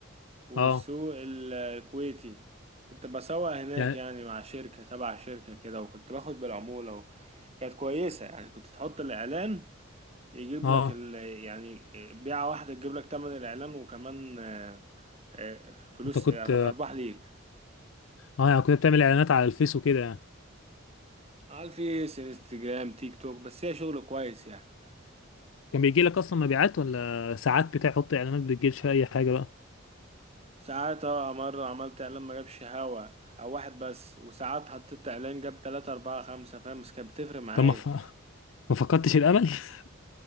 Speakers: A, on the right; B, on the left.
A: والسوق
B: اه
A: ال- الكويتي كنت بسوق هناك
B: يعني
A: يعني مع شركة تبع شركة كده وكنت باخد بالعمولة و... كانت كويسة يعني كنت تحط الإعلان يجيب
B: اه
A: لك ال... يعني بيعة واحدة تجيب لك تمن الإعلان وكمان آه، آه، فلوس
B: انت كنت
A: آه، أرباح ليك
B: اه يعني كنت بتعمل اعلانات على الفيس وكده يعني
A: على الفيس انستجرام تيك توك بس هي شغل كويس يعني
B: كان بيجي لك اصلا مبيعات ولا ساعات بتحط اعلانات بتجيلش اي حاجه بقى
A: ساعات اه مرة عملت إعلان ما جابش هوا أو واحد بس وساعات حطيت إعلان جاب تلاتة أربعة خمسة فاهم بس كانت بتفرق معايا
B: طب ما ف... <laughs> ما فقدتش الامل <laughs>